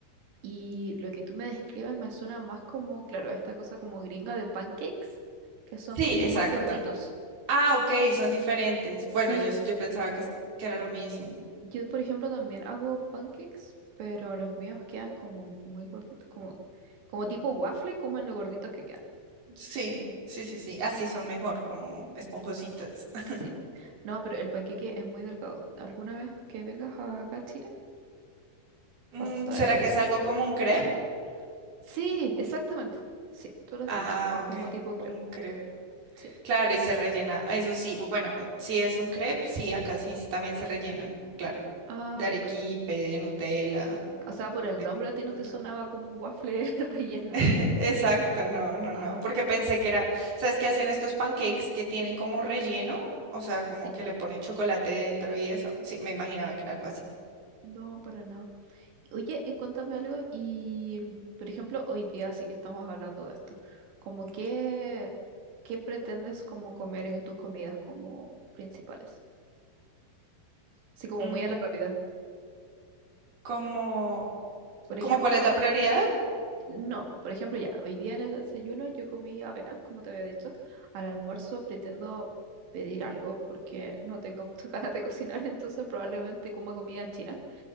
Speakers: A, on the right; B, on the right.
A: Y lo que tú me describes me suena más como, claro, esta cosa como gringa de pancakes, que son
B: Sí,
A: como
B: exacto.
A: más gorditos.
B: Ah, ok, son diferentes.
A: Sí,
B: Bueno, yo, yo pensaba que, es- que era lo mismo.
A: yo por ejemplo también hago pancakes, pero los míos quedan como muy gorditos, como, como tipo waffle, como en lo gorditos que quedan.
B: Sí, sí, sí, sí. Así son mejor, como esponjositas. <laughs>
A: Sí, no, pero el panqueque es muy delgado. ¿Alguna vez que vengas acá a Chile
B: Mm,
A: vas a saber
B: ¿será
A: lo que
B: que
A: es
B: es
A: un
B: algo
A: panqueque?
B: como un crepe?
A: <laughs> Sí, exactamente. Sí, tú lo has
B: Ah,
A: dicho. Es como
B: ok,
A: tipo
B: como
A: crepe.
B: un crepe.
A: Sí.
B: Claro, y se rellena. Ah, Eso sí, bueno, si es un crepe, sí, acá sí s- también se rellenan, claro.
A: Ah,
B: De
A: ya.
B: arequipe, de Nutella,
A: O sea, por el
B: de
A: nombre a ti
B: fruta.
A: no te sonaba como un waffle <laughs> relleno.
B: Exacto, no, no,
A: A
B: no, porque
A: ver,
B: pensé que era, ¿sabes qué hacen estos pancakes que tienen como relleno? O sea,
A: sí,
B: como que le ponen chocolate dentro y eso. Sí, me imaginaba que era algo así.
A: no, para nada. Oye, eh, cuéntame algo y, por ejemplo, hoy día sí que estamos hablando de esto. Como qué, qué pretendes como comer en tus comidas como principales? Sí, como
B: Mm,
A: muy a la rápida.
B: como,
A: Por
B: como
A: ejemplo,
B: cuál es la prioridad?
A: no, por ejemplo, ya, hoy día en el desayuno yo comí avena, como te había dicho. Al almuerzo pretendo pedir algo porque no tengo muchas <laughs> ganas de cocinar, entonces probablemente coma comida china.